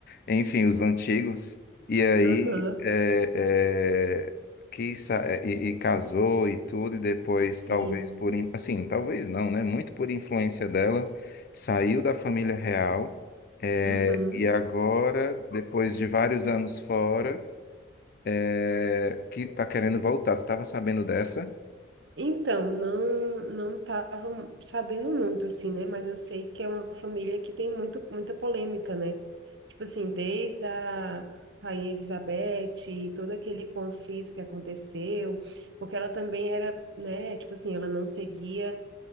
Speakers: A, on the left; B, on the right.
A: enfim, os antigos, e aí
B: aham,
A: é, é, que sa- é, e, e casou e tudo, e depois,
B: sim,
A: talvez por, in- assim, talvez não, né? Muito por influência dela, saiu da família real, é,
B: uhum.
A: e agora, depois de vários anos fora, é, que tá querendo voltar. Tu tava sabendo dessa?
B: Então, não não estava sabendo muito assim, né? Mas eu sei que é uma família que tem muito, muita polêmica, né? Tipo assim, desde a Rainha Elizabeth, e todo aquele conflito que aconteceu, porque ela também era, né? Tipo assim, ela não seguia